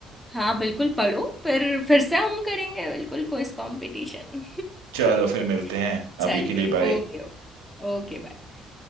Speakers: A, in the centre; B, on the right (about 80°).
A: हाँ बिल्कुल पढ़ो फिर फिर से हम करेंगे बिल्कुल कोई कंपटीशन
B: चलो फिर मिलते हैं
A: <laughs> चलिए
B: अभी के लिए बाय
A: ओके ओके ओके बाय